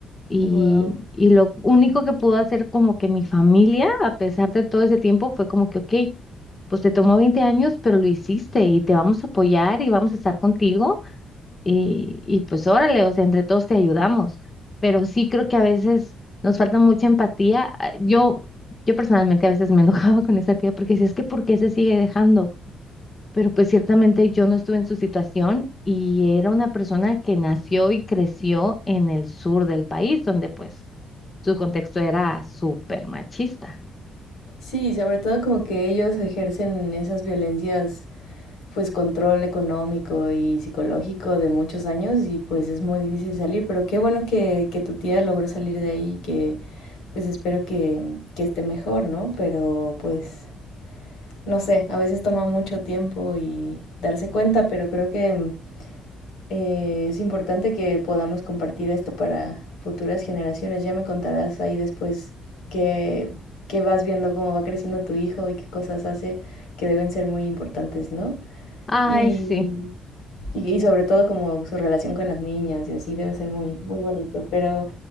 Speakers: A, on the left (about 30°); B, on the left (about 85°).
A: Y,
B: Wow.
A: y lo único que pudo hacer como que mi familia, a pesar de todo ese tiempo, fue como que, ok, pues te tomó 20 años, pero lo hiciste y te vamos a apoyar y vamos a estar contigo y, y pues órale, o sea, entre todos te ayudamos, pero sí creo que a veces nos falta mucha empatía. Ah, Yo, yo personalmente a veces me <laughs> enojaba con esa tía porque decía, es que ¿por qué se sigue dejando? Pero pues ciertamente yo no estuve en su situación y era una persona que nació y creció en el sur del país, donde pues su contexto era súper machista.
B: Sí, sobre todo como que ellos ejercen esas violencias pues control económico y psicológico de muchos años y pues es muy difícil salir, pero qué bueno que, que tu tía logró salir de ahí y que pues espero que, que esté mejor, ¿no? Pero pues no sé, a veces toma mucho tiempo y darse cuenta, pero creo que eh, es importante que podamos compartir esto para futuras generaciones. Ya me contarás ahí después que que vas viendo, cómo va creciendo tu hijo y qué cosas hace que deben ser muy importantes, ¿no?
A: Ay,
B: Y
A: sí.
B: y, y sobre todo como su relación con las niñas y así debe ser muy, muy bonito. Pero